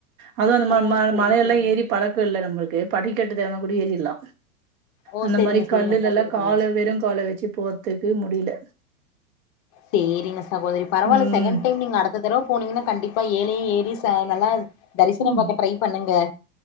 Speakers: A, on the right; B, on the left.
A: அதுவு அந்த ம
B: ஓ
A: மழ
B: செரி
A: மழையெல்லா
B: செரிங்க
A: ஏறி பழக்கோ இல்ல நம்மளுக்கு படிக்கட்டு தேவனா கூடி ஏறிர்லா
B: ஓ
A: அந்த
B: செரிங்க
A: மாரி
B: செரிங்க
A: கல்லுலெல்லா
B: சகோதரி
A: கால வெறு கால வச்சு போறதுக்கு முடியல
B: சேரிங்க சகோதரி பரவால்ல
A: ம்
B: செகண்ட் டைம் நீங்க அடுத்த தடவ போனீங்கன்னா கண்டிப்பா ஏழயு ஏறி ச நல்லா தரிசனம்
A: ம்
B: பாக்க ட்ரை பண்ணுங்க